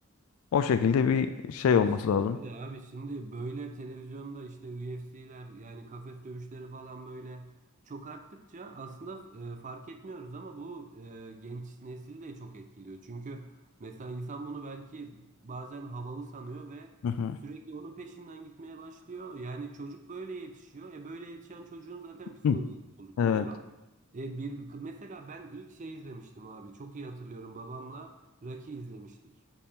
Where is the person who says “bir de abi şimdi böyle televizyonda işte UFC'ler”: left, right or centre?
Right